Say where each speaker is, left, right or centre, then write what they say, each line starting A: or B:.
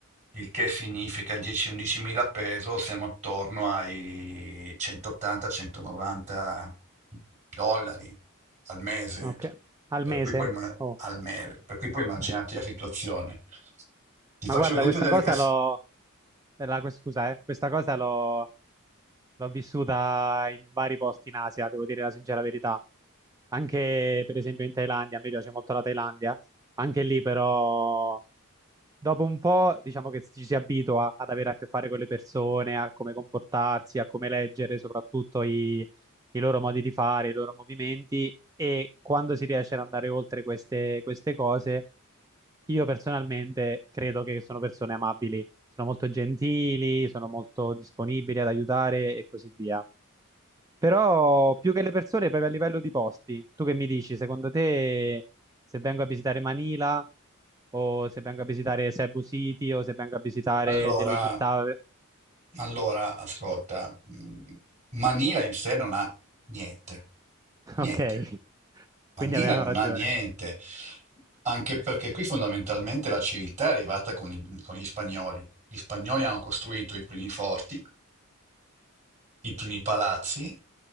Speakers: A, on the right; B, on the right.
A: il che significa 10-11 mila pesos, siamo attorno ai 180-190 dollari al mese,
B: ok. Al
A: per
B: mese?
A: cui puoi, imma-
B: Oh.
A: al mese, per cui puoi immaginarti
B: <laughs>
A: la situazione. Ti
B: Ma
A: faccio
B: guarda,
A: l'esempio
B: questa
A: delle
B: cosa
A: casse.
B: l'ho... eh, la- Scusa, eh, questa cosa l'ho L'ho vissuta in vari posti in Asia, devo dire la sincera verità. Anche per esempio in Thailandia, a me piace molto la Thailandia. Anche lì però dopo un po' diciamo che ci si abitua ad avere a che fare con le persone, a come comportarsi, a come leggere soprattutto i, i loro modi di fare, i loro movimenti e quando si riesce ad andare oltre queste queste cose, io personalmente credo che sono persone amabili sono molto gentili, sono molto disponibili ad aiutare e così via. Però più che le persone, proprio a livello di posti, tu che mi dici, secondo te se vengo a visitare Manila o se vengo a visitare Cebu City o se vengo a visitare
A: Allora,
B: delle città... <laughs>
A: allora, ascolta, mh, Manila in sé non ha niente, niente.
B: Ok,
A: Manila
B: quindi avevano
A: non
B: ragione.
A: ha niente, anche perché qui fondamentalmente la civiltà è arrivata con, i- con gli spagnoli. Gli spagnoli hanno costruito i primi forti, i primi palazzi,